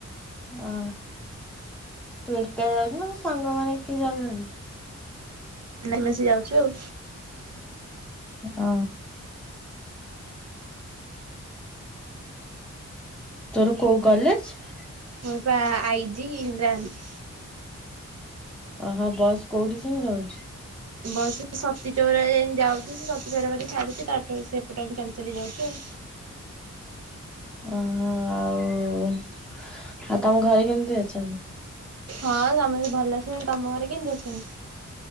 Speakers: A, in the centre; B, on the right.
A: ଅ ତୁ ଏକା ଯାଉଚୁ ନା ତୋ ସାଙ୍ଗ ମାନେଏ ଯାଉଚନ୍ତି?
B: ନା ମିଶି ଯାଉଚୁ ଆଉ।
A: ଅ। ତୋର କୋଉ କଲେଜେ?
B: ମୋର ପା ଆଇଜିି ଇନ୍ଦ୍ରାଗାନ୍ଧି।
A: ଓ ହଁ ବସ୍ କୋଉଠି ଯାଇ ରହୁଚି?
B: ବସ ସତୀ ଚଉରା ଯାଏ ଯାଉଚି ସେ ସତୀ ଚଉରା ପାଖେ ଛାଡୁଚି ତାଠୁ ସେପଟ ଆ ଚାଲି ଚାଲି ଯାଉଚୁ ଆଉ।
A: ଅ ହଁ ଆଉ ଆଉ ତମ ଘରେ କେମିତି ଅଛନ୍ତି?
B: ହଁ ସମସ୍ତେ ଭଲ ଆସଛନ୍ତି ତମ ଘରେ କେମିତି ଅଛନ୍ତି?